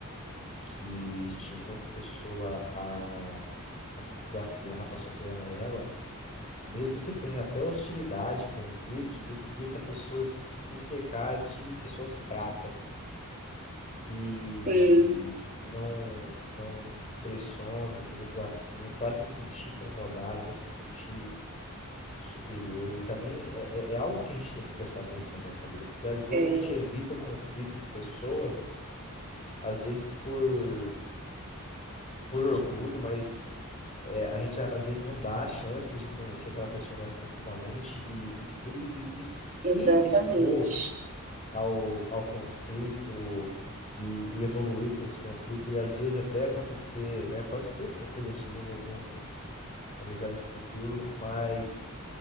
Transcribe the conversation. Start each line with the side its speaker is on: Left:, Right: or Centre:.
Left: que estimula essa pessoa a, a se desafiar para superar ela Mesmo que tenha até hostilidade, conflitos, do que essa pessoa se cercar de pessoas fracas, que,
Right: Sim,
Left: que não, não impressionam, que não desafiam, para se sentir incomodada, para se sentir superior. E também é, é é algo que a gente tem que prestar atenção na nossa vida, porque às vezes
Right: é,
Left: a gente evita o conflito com pessoas, às vezes por, por orgulho, mas é, a gente às vezes não dá a chance de conhecer aquela pessoa mais profundamente e, e, que te- e- e se
Right: exatamente.
Left: expor ao, ao conflito e, e evoluir com esse conflito e às vezes até acontecer, né? Pode ser que aconteça, a gente desenvolver um, uma amizade no futuro, mas